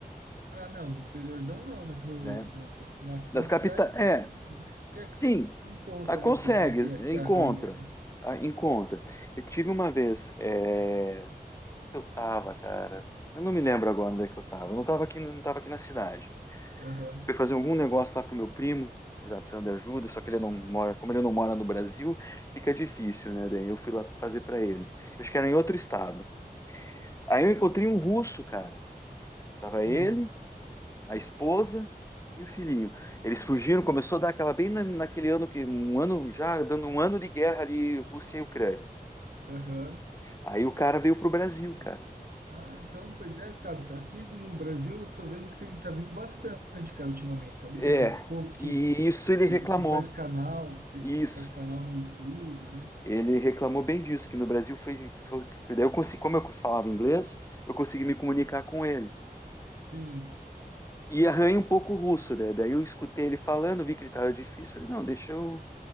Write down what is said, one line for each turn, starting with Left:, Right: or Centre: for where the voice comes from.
Right: Ah, não, no interiorzão não, mas no,
Left: né?
Right: no- na,
Left: Das
Right: na
Left: capitais.
Right: cidade até
Left: É,
Right: que, até que
Left: Sim,
Right: você encontra,
Left: ah, consegue,
Right: né? O pessoal que, que
Left: encontra,
Right: arranha, né?
Left: ah, encontra. Eu tive uma vez, é, eu tava, cara, eu não me lembro agora onde é que eu tava, eu não tava aqui, não tava aqui na cidade.
Right: Aham,
Left: Fui fazer algum negócio lá pro meu primo, ele tava precisando de ajuda, só que ele não mora, como ele não mora no Brasil, fica difícil, né? Daí eu fui lá fazer pra ele. Eu acho que era em outro estado. Aí eu encontrei um russo, cara. Tava
Right: Sim,
Left: ele, a esposa e o filhinho. Eles fugiram, começou a dar aquela bem na- naquele ano que um ano já dando um ano de guerra ali Rússia e Ucrânia.
Right: aham.
Left: Aí o cara veio pro Brasil, cara.
Right: Ah, então, pois é, tá, aqui no Brasil eu tô vendo que tem, tá vindo bastante, cara, ultimamente, sabe?
Left: É,
Right: Tem um povo que,
Left: e isso ele reclamou.
Right: desses que faz canal, desses
Left: Isso.
Right: que faz canal no YouTube, né?
Left: Ele reclamou bem disso, que no Brasil foi, foi- daí eu consegui, como eu falava inglês, eu consegui me comunicar com ele.
Right: Sim,
Left: E arranha um pouco o russo, né? Daí eu escutei ele falando, vi que ele estava difícil, falei, não, deixa eu